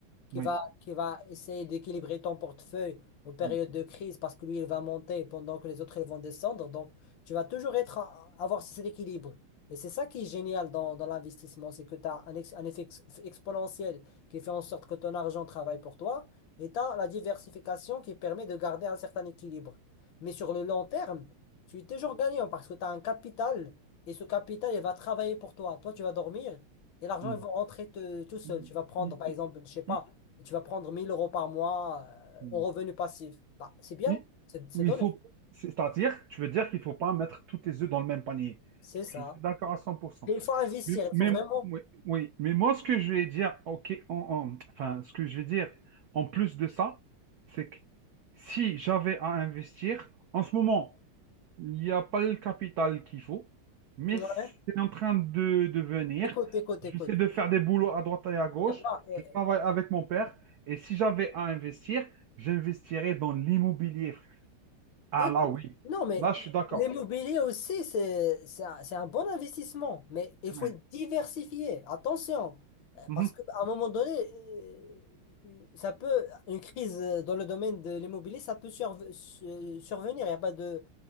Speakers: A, on the left; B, on the right.
A: qui
B: Oui.
A: va, qui va essayer d'équilibrer ton portefeuille en période
B: Mm,
A: de crise parce que lui, il va monter pendant que les autres, ils vont descendre. Donc, tu vas toujours être à- avoir cet équilibre. Et c'est ça qui est génial dans, dans l'investissement, c'est que tu as un, ex- un effet ex- exponentiel qui fait en sorte que ton argent travaille pour toi et tu as la diversification qui permet de garder un certain équilibre. Mais sur le long terme, tu es toujours gagnant parce que tu as un capital et ce capital, il va travailler pour toi. Toi, tu vas dormir et l'argent,
B: mm,
A: il va rentrer te- tout seul.
B: mm,
A: Tu vas prendre,
B: mm.
A: par
B: I-
A: exemple,
B: i-
A: je sais pas,
B: i-
A: tu vas prendre 1000 euros par mois euh,
B: mm,
A: en revenu passif. Bah, c'est bien,
B: i-
A: c'est c'est
B: Oui,
A: donné,
B: il faut. C'est-à-dire, tu veux dire qu'il ne faut pas mettre tous tes œufs dans le même panier.
A: c'est ça.
B: Je suis d'accord à 100%.
A: Mais il faut investir,
B: Mais,
A: il
B: mais-
A: faut vraiment.
B: oui, oui. mais moi, ce que je vais dire, ok, en- en- enfin, ce que je vais dire en plus de ça, c'est que si j'avais à investir, en ce moment, Il n'y a pas le capital qu'il faut, mais
A: Ouais.
B: c'est en train de, de venir.
A: Écoute, écoute,
B: J'essaie
A: écoute.
B: de faire des boulots à droite et à gauche.
A: Y a pas, euh,
B: Je travaille avec mon père. Et si j'avais à investir, j'investirais dans l'immobilier. frère. Ah
A: Écoute,
B: là, oui.
A: Non, mais
B: Là, je suis d'accord.
A: l'immobilier aussi, c'est, c'est un, c'est un bon investissement, mais il
B: Ouais.
A: faut diversifier. Attention, euh,
B: Mhm.
A: parce qu'à un moment donné, euh, euh, ça peut, une crise euh, dans le domaine de l'immobilier, ça peut surv- su- survenir. Il y a pas de,